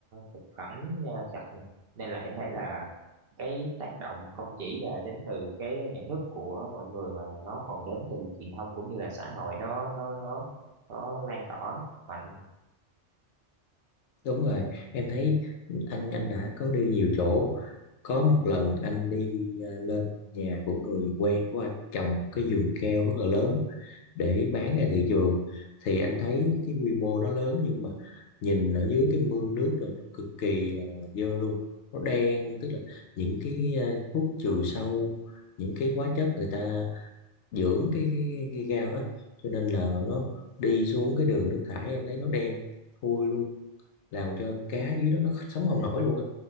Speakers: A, on the right; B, on the left.
A: thực phẩm ờ, sạch nè. nên là em thấy là cái tác động không chỉ là đến từ cái nhận thức của mọi người mà nó còn đến từ truyền thông cũng như là xã hội nó nó nó nó lan tỏa mạnh
B: đúng rồi em thấy anh anh đã có đi nhiều chỗ có một lần anh đi à, lên nhà của người quen của anh trồng cái vườn keo rất là lớn để bán ra thị trường thì anh thấy cái quy mô nó lớn nhưng mà nhìn ở dưới cái mương nước rồi nó cực kỳ là, là dơ luôn nó đen tức là những cái ờ, thuốc trừ sâu những cái hóa chất người ta dưỡng cái cái, cái gao đó cho nên là nó đi xuống cái đường nước thải em thấy nó đen thui luôn làm cho cá dưới đó nó sống không nổi luôn á